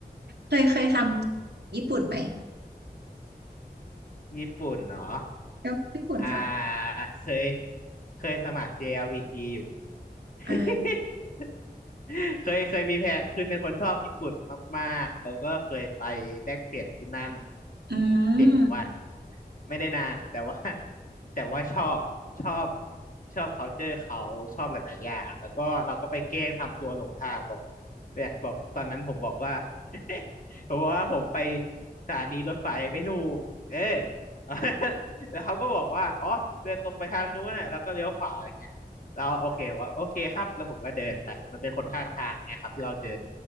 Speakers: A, on the right; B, on the left.
A: เคยเคยทำญี่ปุ่นไหม
B: ญี่ปุ่นเหรอ
A: แล้วญี่ปุ่นฟัง
B: อ่าเคยเคยสมัคร JLPT อลพีทีอยู่ <laughs>
A: อ่า
B: เคยเคยมีแผนคือเป็นคนชอบญี่ปุ่นมากๆเราก็เคยไปแลกเปลี่ยนที่นั่น
A: อื
B: เจ็ดวัน
A: ม
B: ไม่ได้นานแต่ว่า <laughs> แต่ว่าชอบชอบชอบ culture เขาชอบหลายๆอย่างแล้วก็เราก็ไปแกล้งทำตัวหลงทางบอกเนี่ยบอกตอนนั้นผมบอกว่า <laughs> ผมบอกว่าผมไปสถานีรถไฟไม่ถูกเออ <laughs> แล้วเขาก็บอกว่าอ๋อเดินตรงไปทางนู้นน่ะแล้วก็เลี้ยวขวาอะไรเงี้ย เราโอเคว่าโอเคครับแล้วผมก็เดินไปมันเป็นคนข้างทางไงครับที่เราเจอ